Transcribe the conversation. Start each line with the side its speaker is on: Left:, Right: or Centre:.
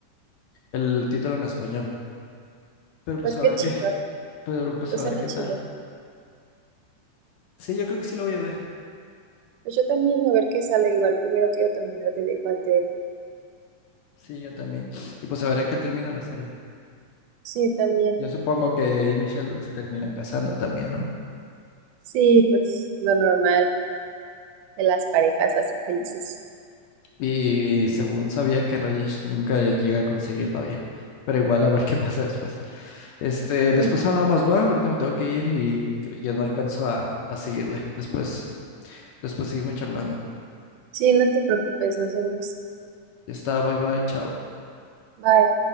Left: el título en español. Pero pues
Right: Pues
Left: a
Right: qué
Left: ver
Right: chido,
Left: qué, pero pues
Right: pues
Left: a ver
Right: suena
Left: qué
Right: chido.
Left: tal. Sí, yo creo que sí lo voy a ver.
Right: Pues yo también, a ver qué sale igual. Primero quiero terminar de Big Bang Theory.
Left: Sí, yo también. Y pues a ver en qué termina la serie.
Right: Sí, también.
Left: Yo supongo que Amy y Sheldon se terminan casando también, ¿no?
Right: Sí, pues lo normal de las parejas así felices.
Left: Y según sabía que Rayesh nunca llega a conseguir novia. Pero igual a ver qué <laughs> pasa después. Este,
Right: Sí,
Left: después hablamos, va, ahorita me tengo que ir y creo- ya no alcanzo a, a seguirle. Después, después seguimos charlando.
Right: sí, no te preocupes, nos vemos.
Left: Ya está, bye bye, chao.
Right: Bye.